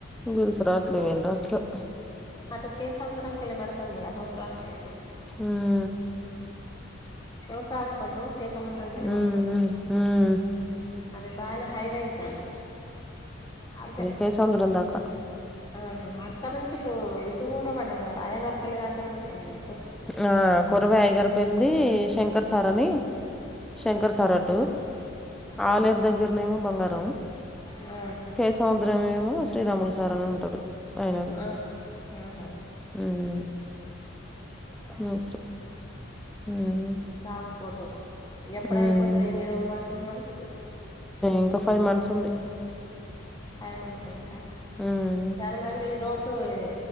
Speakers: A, in the centre; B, on the left.
A: రూల్స్ రాట్లేవ్ ఏం రాట్లేవ్
B: అటు కే సముద్రం కెళ్ళి పడుతుందిగ road transport
A: um
B: road transport కే సముద్రం కెళ్ళిపడుతుంది
A: ఉమ్ ఉమ్ ఉమ్
B: అదే బానే హైవే యిటువంటి అంతే
A: కే సముద్రం దాకా
B: ఆహా అక్కడ నుంచి ఇటు ఇటు గూడా పడ్దదిగ రాయగారు పెళ్ళి దాకా కనపడుతుందిగా
A: ఆ కొరవయ్యగారి పెళ్ళి శంకర్ సార్ అని శంకర్
B: ఆ
A: సార్ అటు
B: ఆ
A: ఆలేరు దగ్గరనేమో బంగారం
B: ఆ
A: కే సముద్రం ఏమో శ్రీరాములు సార్ అని ఉంటాడు ఆయనది
B: ఆ ఆహా
A: ఉమ్
B: ఒక్కలుంటే రాయగలుగుతరుగా
A: ఉమ్ ఉమ్
B: ట్రాన్స్పోర్టు ఎప్పుడయిపోతది
A: ఉమ్
B: ఎన్ని రోజులు పడుతది మరి
A: ఇంకా ఫైవ్ మంత్స్ ఉంది
B: ఫైవ్ మంత్స్ అయిద్దా
A: ఉమ్
B: దాని బదులు ఈ రోడ్ ఇది